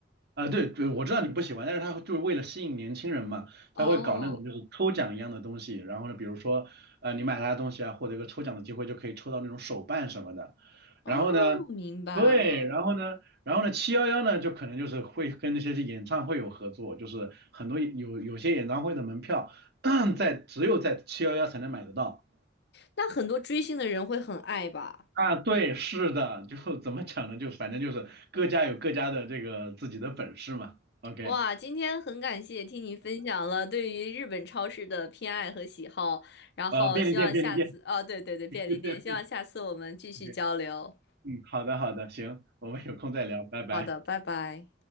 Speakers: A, on the right (about 60°); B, on the left (about 60°).
A: 啊，对对，我知道你不喜欢，但是他就是为了吸引年轻人嘛，
B: <laughs>
A: 他会搞那种就是抽奖一样的东西，
B: 哦。
A: 然后呢，比如说，呃，你买他的东西啊，获得一个抽奖的机会，就可以抽到那种手办什么的，
B: 哦，
A: 然后呢，
B: 明白了。
A: 对，然后呢，然后呢，七幺幺呢，就可能就是会跟那些演唱会有合作，就是很多有有些演唱会的门票，<clears throat> 在只有在七幺幺才能买得到。
B: 那很多追星的人会很爱吧？
A: 啊，对，是的，就怎么讲呢？就反正就是各家有各家的这个自己的本事嘛。OK，
B: 哇，今天很感谢听你分享了对于日本超市的偏爱和喜好，然后希望下次，
A: 呃，便利店，便利店。
B: 哦，对对对，便利店，
A: <laughs> 对对
B: 希望下次我们继续交流。
A: 对，嗯，好的好的，行，我们有空再聊，拜拜。
B: 好的，拜拜。